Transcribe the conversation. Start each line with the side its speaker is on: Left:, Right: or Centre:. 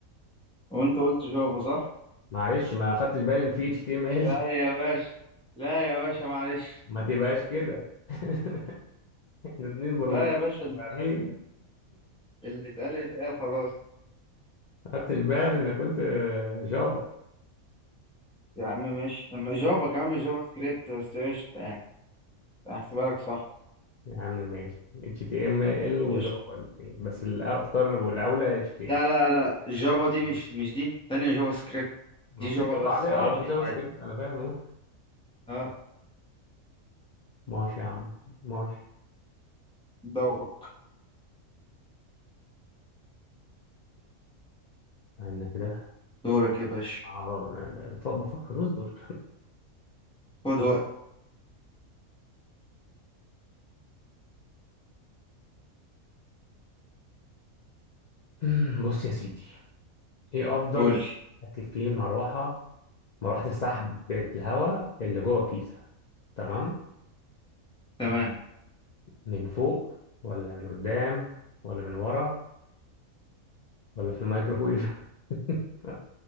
Centre: وانت قلت جافا صح
Left: معلش ما خدتش بالي ان في HTML
Centre: لا يا باشا لا يا باشا معلش
Left: <laughs> ما تبقاش كده <laughs> احنا اتنين بروجرام
Centre: لا يا باشا اللي
Left: فاهمين
Centre: اتقال اللي اتقال اتقال خلاص
Left: ما خدتش بالي انك قلت جافا
Centre: يا عم ماشي أما جافا كمان مش جافا سكريبت بس قشطة يعني احسبها لك صح
Left: يا عم ماشي HTML وجافا
Centre: قشطة
Left: الاثنين بس الاكتر والاولى HTML
Centre: لا لا لا جافا دي مش مش دي تانية جافا سكريبت
Left: ما
Centre: دي
Left: هو في
Centre: جافا
Left: جافا
Centre: بس
Left: عادية
Centre: جافا
Left: اه وفي
Centre: دي
Left: جافا
Centre: بتاعت
Left: سكريبت انا فاهم
Centre: اه
Left: ماشي يا عم ماشي
Centre: دورك
Left: انا كده
Centre: دورك يا باشا
Left: على بف- بفكر اصبر
Centre: خد وقتك
Left: <laughs> بص يا سيدي ايه افضل
Centre: قول لي
Left: تركب فيه المروحه مروحه السحب بتاعت الهواء اللي جوه الكيسه تمام
Centre: تمام
Left: من فوق ولا من قدام ولا من ورا ولا في الميكروويف <laughs>